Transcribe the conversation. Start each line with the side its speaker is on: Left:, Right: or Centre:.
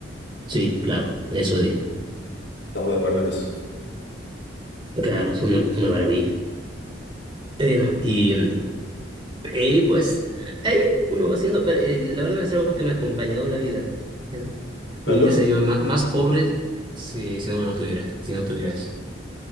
Right: Sí, claro, eso digo.
Left: Estamos de acuerdo en eso.
Right: Claro, es una, una maravilla. Y Bueno, y, y pues ahí uno va haciendo, pero eh, la verdad es algo que me ha acompañado en la vida. Eh,
Left: Carlos,
Right: Mi vida sería más, más pobre si, si no lo tuviera, si no tuviera eso.